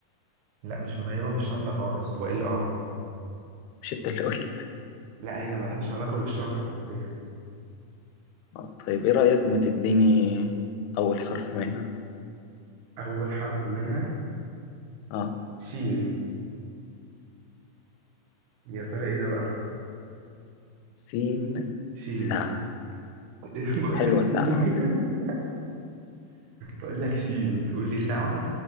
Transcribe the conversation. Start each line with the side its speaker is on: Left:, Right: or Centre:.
Right: لا مش قريبه مش شنطه خالص والا اه
Left: مش انت اللي قلت
Right: لا هي ملهاش علاقة بالشنطة حرفيا
Left: اه طيب ايه رأيك ما تديني أول حرف منها
Right: أول حرف منها
Left: اه
Right: سين يا ترى إيه ده بقى؟
Left: سين
Right: سين
Left: ساعة
Right: <laughs> بقول
Left: حلوة
Right: لك سين
Left: ساعة
Right: <laughs> بقول لك سين تقول لي ساعة